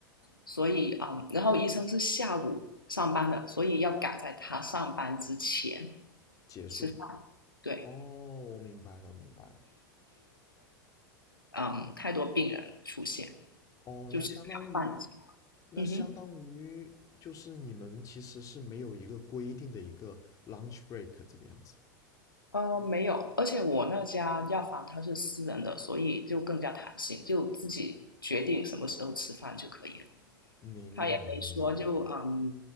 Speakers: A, on the left; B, on the left.
A: 所以嗯，然后医生是下午上班的，所以要赶在他上班之前
B: 结束？
A: 吃饭，对，
B: 哦，我明白了，明白了。
A: 嗯，太多病人出现，
B: 哦，
A: 就吃不了饭的情况，
B: 那相当于，那相当于就是你们其实是没有一个规定的一个
A: 嗯哼。
B: lunch break 这个样子。
A: 呃，没有，而且我那家药房它是私人的，所以就更加弹性，就自己决定什么时候吃饭就可以了。
B: 明白，
A: 他也没说就嗯，
B: 明白。